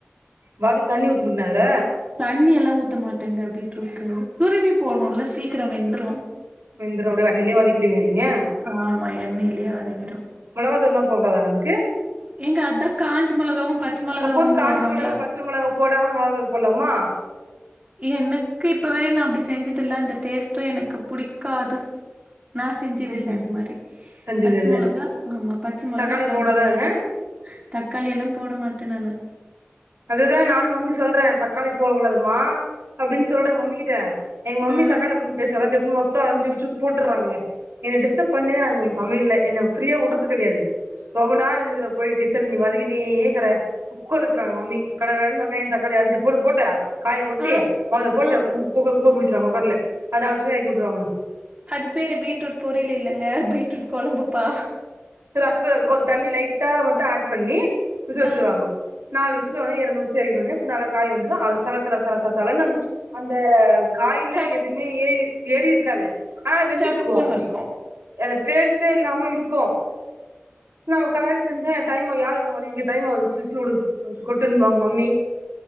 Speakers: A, on the right; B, on the right.
A: பாதி தண்ணி ஊத்து முன்னதுல
B: தண்ணி எல்லா ஊத்த மாட்டங்க பீட்ரூட்கு துருவி போட்றோல சீக்கரோ வெந்துரு
A: வெந்துரு அப்டியே தண்ணிலே வதக்கிடுவீங்க நீங்க
B: ஆமா எண்ணைலே வதங்கிடு
A: மெளகா தூள்லா போட கூடாதாங்க அதுக்கு
B: ஏங்க அதா காஞ்ச மொளகாவு பச்ச மொளகாவு
A: சப்போஸ் காஞ்ச
B: போட்றோல
A: மொளகா பச்ச மொளகா போடாம வாதூள் போட்லாமா
B: எனக்கு இப்ப வர நா அப்டி செஞ்சதில்ல அந்த டேஸ்ட்டூ எனக்கு புடிக்காது நா செஞ்சதில்ல
A: ம்ஹும்
B: அது மாரி
A: செஞ்சது
B: பச்ச
A: இல்ல
B: மொளகா ஆமா பச்ச மொளகா
A: தக்காளி
B: காஞ்ச
A: போடாதாங்க
B: மொளகா தக்காளி எல்லா போட மாட்ட நானு
A: அதுதா நானு மம்மி சொல்ற தக்காளி போகூடாதுமா அப்டின்னு சொல்ற மம்மி கிட்ட எங்க மம்மி
B: ஆ
A: தக்காளி பத்திநீ பேசாதனு அப்டே சும்மா மொத்த அஞ்சு வச்சி போட்டறாங்க என்ன டிஸ்டர்ப் பண்ணேக்றாங்க சமையல்லே இன்னு ஃப்ரீயா வுட்டுறது கெடையாது ரொம்ப நாள் நிண்டுக்கற போயி கிச்சன் நீ வதக்கினே க்குற குக்கர் வச்சிருவாங்க மம்மி கட கடனு வெங்காயோ தக்காளி அஞ்சு பொரு போட்டு காய கொட்டி
B: ஆ
A: மொதல போட்டு
B: ஆ
A: முடிச்சுருவாங்க குக்கர்லே அத லாஸ்ட்ல எறக்கி உட்ருவாங்க
B: அது பேரு பீட்ரூட் பொரியில் இல்லைங்க பீட்ரூட் கொழம்புப்பா
A: ரச கொ தண்ணி லைட்டா மட்டு ஆட் பண்ணி விசு வச்சிருவாங்கோ
B: ஆ
A: நாலு விசுல ஒனே இரண்டு விசல எறக்கிட்ட ஒடனே நல்லா காய் வெந்துரு அது சலசல சலச சலனு அந்த காயில
B: சப்
A: எதுவுமே ஏறி ஏறி இருக்காது ஆனா வெந்துட்ருக்கு
B: சப்புன்னு இருக்கு
A: அந்த டேஸ்ட்டே இல்லாம இருக்கு நா ஒ கடாயில செஞ்சா எ டைம் யார் உன்ன வதக்கிட் இங்க டைம் ஆவுது சிலு சிலு வுடு அடுத்து கொட்டுன்னுவாங்க மம்மி